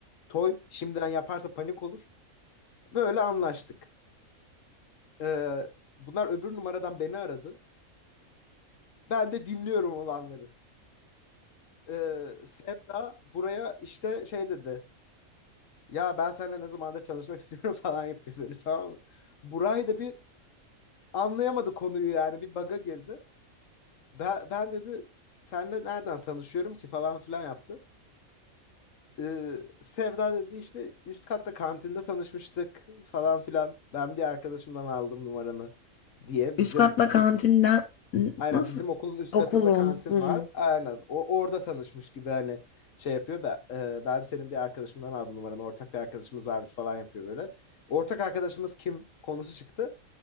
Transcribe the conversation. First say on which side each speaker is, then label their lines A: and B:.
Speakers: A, on the left; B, on the left.
A: Toy şimdiden yaparsa panik olur. Böyle anlaştık. Ee, bunlar öbür numaradan beni aradı. Ben de dinliyorum olanları. Ee, Sevda buraya işte şey dedi. Ya ben seninle ne zamandır tanışmak istiyorum <laughs> falan yapıyor böyle tamam mı? Buray da bir anlayamadı konuyu yani bir baga girdi. Ben, ben dedi senle nereden tanışıyorum ki falan filan yaptı. Ee, Sevda dedi işte üst katta kantinde tanışmıştık falan filan. Ben bir arkadaşımdan aldım numaranı diye bizim
B: Üst katta
A: okul
B: kantinden N-
A: aynen
B: nasıl
A: bizim okulun üst
B: okulun?
A: katında kantin
B: Hmm.
A: var. Aynen o orada tanışmış gibi hani şey yapıyor. Ben, e, ben senin bir arkadaşımdan aldım numaranı ortak bir arkadaşımız varmış falan yapıyor böyle. Ortak arkadaşımız kim konusu çıktı.